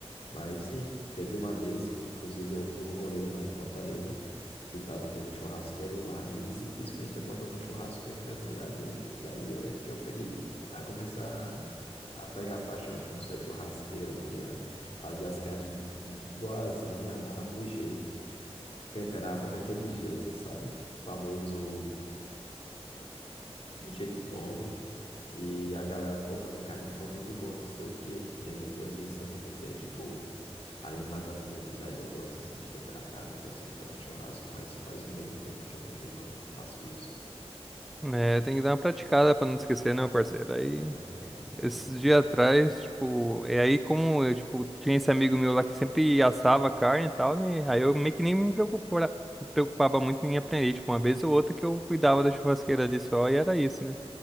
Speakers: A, on the left; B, in the centre.
A: Mas sim, teve uma vez, inclusive eu fui um rolê lá em Fortaleza, que tava tendo um churrasqueiro lá, e ele simplesmente abandonou o churrasco e eu entrei no lugar dele. Daí é que eu peguei a começar a pegar paixão por ser o churrasqueiro, tá ligado? Fazia as carnes boazinha lá do jeito, temperava daquele jeito, sabe? O famoso do jeito nobre. E a galera, pô, mano, a carne ficou muito boa, não sei o quê. E aí depois disso eu comecei, tipo, a ir mais a fundo. Daí eu gosto, assim, de temperar carne, gosto de fazer churrasco, mas faz bem um tempo que eu também não faço isso.
B: é, tem que dar uma praticada pra não esquecer, né, meu parceiro? Aí,
A: Ah, exato, assim
B: esses
A: não.
B: dias atrás, tipo, é aí como eu, tipo, tinha esse amigo meu lá que sempre assava carne e tal, né? Aí eu meio que nem me preocupava, me preocupava muito em aprender, tipo, uma vez ou outra que eu cuidava da churrasqueira ali só e era isso, né?